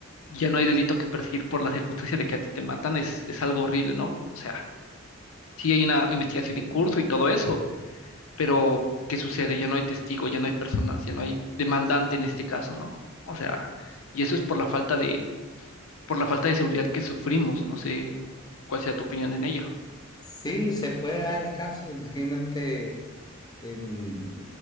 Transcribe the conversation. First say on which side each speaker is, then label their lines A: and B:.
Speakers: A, on the left (about 80°); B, on the left (about 20°).
A: ya no hay delito que perseguir por la circunstancia de que a ti te matan, es, es algo horrible, ¿no? O sea, sí hay una investigación en curso y todo eso, pero ¿qué sucede? Ya no hay testigo, ya no hay personas, ya no hay demandante en este caso, ¿no? O sea, y eso es por la falta de, por la falta de seguridad que sufrimos, no sé cuál sea tu opinión en ello.
B: Sí, se puede dar el caso. Imagínate, em,